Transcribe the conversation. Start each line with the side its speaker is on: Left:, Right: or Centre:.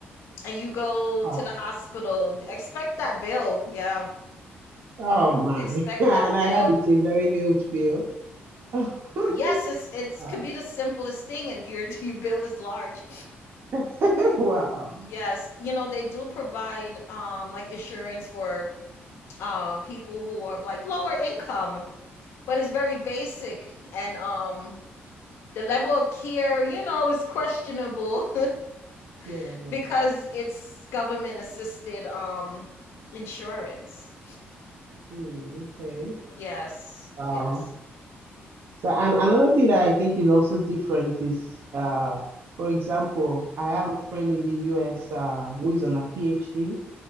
Left: and you go
Right: Wow.
Left: to the hospital, expect that bill. Yeah,
Right: Oh my.
Left: expect
Right: <laughs> And
Left: that
Right: I
Left: bill.
Right: had it's a very huge bill. <laughs>
Left: Yes, it's it's
Right: Wow.
Left: could be the simplest thing, and your <laughs> your bill is large.
Right: <laughs> Wow.
Left: Yes, you know, they do provide um like insurance for um people who are of, like lower income, but it's very basic and um the level of care, you know, is questionable
Right: Yes.
Left: <laughs> because it's government assisted um insurance.
Right: Hmm, okay.
Left: Yes.
Right: Wow.
Left: Yes.
Right: So and another thing that I think is also different is uh for example, I have a friend in the US uh who is on a PhD